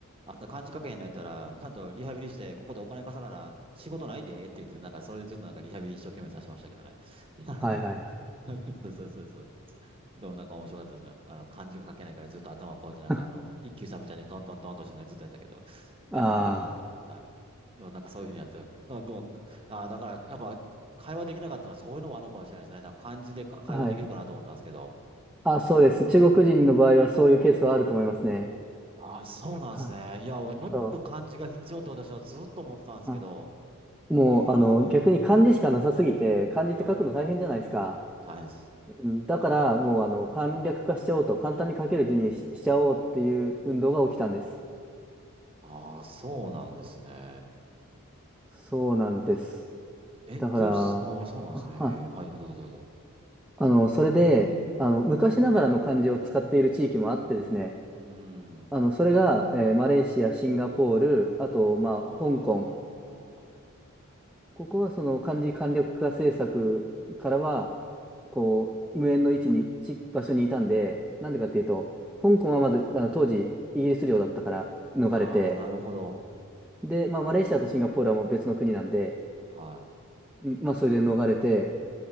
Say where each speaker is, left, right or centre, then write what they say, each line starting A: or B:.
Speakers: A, on the right; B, in the centre.
A: あんた漢字書けへんのやったら、ちゃんとリハビリして、ここでお金稼がな、仕事ないでって言って、なんかそれでずっとなんかリハビリ一生懸命させてましたけどね。<laughs>
B: あー、はいはいはい。
A: そうそうそうそう。でもなんか面白かったですね。あの、漢字が書けないからずっと頭をこうやってなんかあの、
B: <laughs>
A: 一休さんみたいにトントントンとしてねずっとやったけど、
B: あ
A: でも出てこなかったです。はい。でもなんかそういうふうにやってた、でも、あー、だからやっぱ会話できなかったのはそういうのもあるのかもしれないですね。なんか漢字でか会話できるかなと思ったんですけど。
B: あ、はい。あ、そうです。中国人の場合はそういうケースはあると思いますね。
A: うんああ、そうなんですね。
B: あ、
A: いや、俺もっと漢字が必要って私はずっと思ってたんですけど、
B: そう。あ、もう、
A: ええ
B: あの、逆に漢字しかなさすぎて、漢字って書くの大変じゃないですか。
A: はい、大変です。
B: うんだからもうあの簡略化しちゃおうと簡単に書ける字にし、しちゃおうっていう運動が起きたんです。
A: ああ、そうなんですね。
B: そうなんです。
A: え、
B: だから、
A: で、すあーそうなんですね。
B: あ、は
A: へえ、はい、どうぞどうぞ。
B: あの、それで、あの、昔ながらの漢字を使っている地域もあってですね、
A: うん。
B: あの、それが、えーマレーシア、シンガポール、あと、まあ、
A: ああ、
B: 香港。
A: なるほど。
B: ここはその漢字簡略化政策からは、こう、無縁の位置に、ち、場所にいたんで、なんでかっていうと、
A: うん。
B: 香港はまず、あの、当時、イギリス領だったから逃れて、
A: ああ、なるほど。
B: で、まあ、マレーシアとシンガポールはもう別の国なんで、
A: はい。
B: うんまあ、それで逃れて、